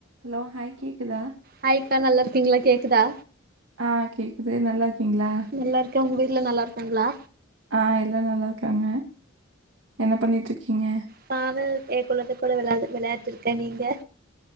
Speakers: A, on the right (about 75°); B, on the right (about 45°).
A: ஹலோ ஹாய் கேக்குதா
B: ஹாய்க்கா நல்லா இருக்கீங்களா கேக்குதா
A: ஆ கேக்குது நல்லா இருக்கீங்களா?
B: நல்லா இருக்கே உங்க வீட்டுல நல்லா இருக்காங்களா
A: ஆ எல்லா நல்லா இருக்காங்க என்ன பண்ணிட்டு இருக்கீங்க
B: ப அவள் ஏன் கொழந்தை கூட வெளாண்ட் வெளாடிட்ருக்கே நீங்க